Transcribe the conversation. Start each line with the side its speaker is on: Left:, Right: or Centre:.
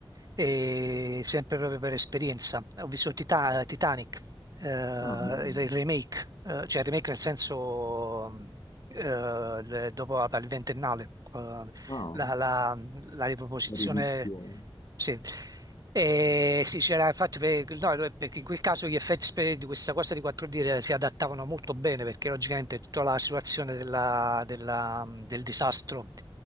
Right: e sempre proprio per esperienza. Ho visto Tita- Titanic, eh,
Left: Ah, bello.
Right: il il remake, eh, cioè il remake nel senso mm, eh, le- dopo la- il ventennale, eh,
Left: Ah,
Right: la, la- la riproposizione.
Left: erudizione.
Right: Sì. E sì, c'era infatti per- no, no, perché in quel caso gli effetti spe- di questa cosa di 4D si adattavano molto bene perché logicamente tutta la situazione della- della- del disastro